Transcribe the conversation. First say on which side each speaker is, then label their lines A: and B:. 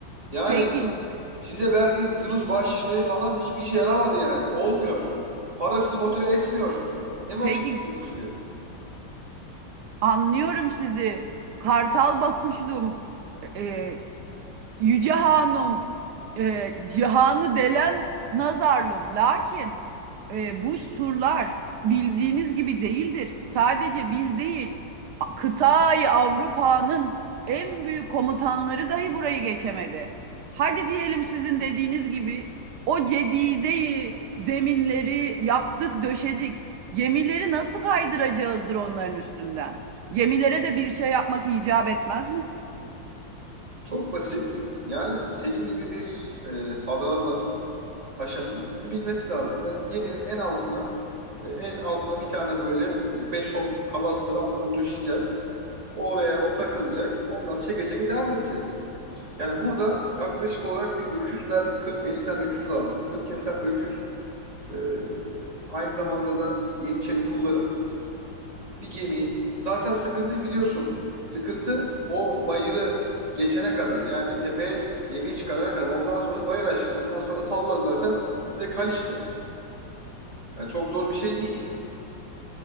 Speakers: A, on the right; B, on the right.
A: Yani
B: Peki,
A: Size verdiğim culuz bahşişleri falan hiçbir işe yaramadı yani. Olmuyor. Para sizi motive etmiyor. Ne motive
B: peki
A: edecek sizi?
B: anlıyorum sizi. Kartal bakışlım, e, Yüce Hanım, e, cihanı delen nazarlım. Lakin e, bu surlar bildiğiniz gibi değildir. Sadece biz değil, kıtayı Avrupa'nın en büyük komutanları dahi burayı geçemedi. Hadi diyelim sizin dediğiniz gibi o cedideyi, zeminleri yaptık, döşedik. Gemileri nasıl kaydıracağızdır onların üstünden? Gemilere de bir şey yapmak icap etmez mi?
A: Çok basit. Yani senin gibi bir e, sadrazamın, paşanın bunu bilmesi lazım. Yani geminin en altına e, en altına bir tane böyle e, 5-10 kalasları alttan döşeyeceğiz. Oraya o takılacak. Onlar çeke çeke devam edeceğiz. Yani burada yaklaşık olarak bir öküzler 40-50 tane öküz lazım. 40-50 tane öküz. E, aynı zamanda da Yeniçeri kullarım. bir gemiyi. Zaten sıkıntıyı biliyorsun. Sıkıntı o bayırı geçene kadar. Yani tepeye yemeği çıkarana kadar. Ondan sonra bayır aşağı. Ondan sonra salla zaten. Direkt Haliç'te. Yani çok zor bir şey değil